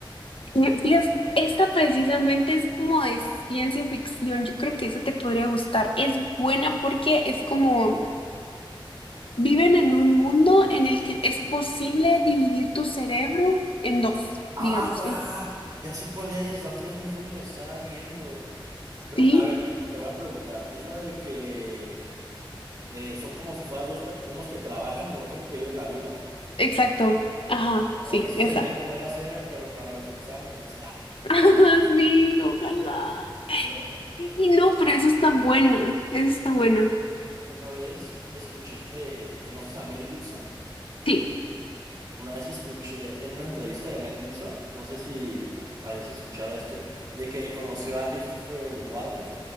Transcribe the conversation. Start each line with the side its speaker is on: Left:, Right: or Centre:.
Left: y fíjate, esta precisamente es como de ciencia ficción. Yo creo que esa te podría gustar. Es buena porque es como Viven en un mundo en el que es posible dividir tu cerebro en dos, digamos.
Right: Ah, ya,
Left: en-
Right: ya sé cuál es. La otra es mi roomie la estaba viendo. Creo
Left: sí,
Right: que, a ver, te voy a preguntar. ¿Es la de que eh, son como si fueras dos, per- unos que trabajan y otros que viven la vida.
Left: exacto. Ajá,
Right: Hoy
Left: sí,
Right: eso
Left: esa.
Right: se debería de poder hacer, pero para los exámenes, <laughs> ah,
Left: <laughs> Ajá, Sí, ojalá.
Right: ¿verdad?
Left: Sí, no, pero eso está buena. Eso está buena.
Right: Una vez escuché que, ¿conoces a Mel Gibson?
Left: Sí.
Right: Una vez escuché en una entrevista de Mel Gibson, no sé si hayas escuchado esto, de que conoció a Christopher Walken